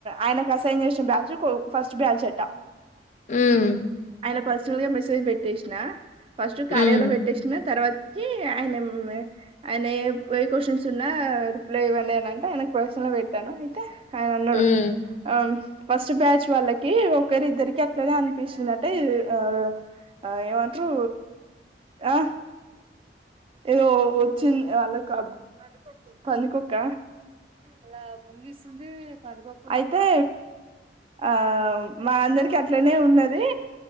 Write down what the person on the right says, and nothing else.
ఆయనకు అసైన్ చేసిన బ్యాచ్ ఫస్ట్ బ్యాచ్ అట
ఆయన పర్సనల్ గా మెసేజ్ పెట్టేసిన ఫస్ట్ కార్యలో
పెట్టేసిన తర్వాత ఏ ఆయన ఏం ఆయన ఏ ఏ క్వశ్చన్స్ ఉన్నా రిప్లై ఇవ్వండి అని అంటే ఆయనకు పర్సనల్ లో పెట్టాను అయితే ఆయన అన్నాడు
ఆహ్ ఫస్ట్ బ్యాచ్ వాళ్ళకి ఒకరి ఇద్దరికి అట్లనే అనిపిస్తుందంటే ఈ ఆ ఆ ఏవంట్రు ఆ ఏదో వచ్చింది వాళ్ళకు అప్ పందికొక్క అలా ముంగిసుంది పందికొక్కుంది ఆ అయితే ఆ మా అందరికి అట్లనే ఉన్నది